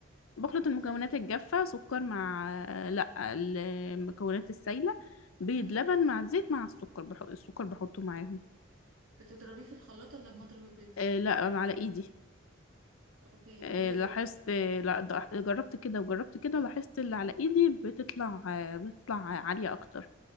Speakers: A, on the left; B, on the right.
A: بخلط المكونات
B: طيب
A: الجافة سكر مع آه، لا المكونات السايلة بيض
B: امم
A: لبن مع الزيت مع السكر بحط السكر بحطه معاهم
B: بتضربيه في الخلاط ولا بمضرب البيض
A: آه، لا على ايدي
B: اوكي
A: آه،
B: اليدوي
A: لاحظت آه، لا ده- جربت كده وجربت كده لاحظت اللي على ايدي بتطلع آه، بتطلع عالية اكتر